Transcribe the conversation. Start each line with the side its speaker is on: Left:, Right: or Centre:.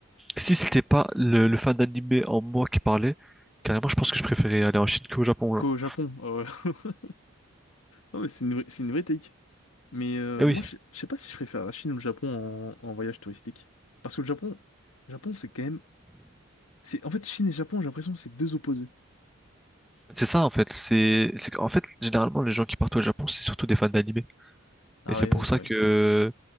Centre: Si c'était pas le, le fan d'animé en moi qui parlait, carrément, je pense que je préférais aller en Chine qu'au Japon,
Left: Qu'au
Centre: genre.
Left: Japon. euh, <laughs> Non, mais c'est une vraie, c'est une vraie take. Mais euh,
Centre: Eh oui.
Left: moi, je je sais pas si je préfère la Chine ou le Japon en, en voyage touristique. Parce que le Japon, le Japon, c'est quand même. C'est, en fait, Chine et Japon, j'ai l'impression que c'est deux opposés.
Centre: C'est ça, en fait. C'est, c'est, qu'en fait, généralement, les gens qui partent au Japon, c'est surtout des fans d'animé.
Left: Ah
Centre: Et c'est
Left: oui,
Centre: pour
Left: oui, c'est
Centre: ça
Left: vrai.
Centre: que,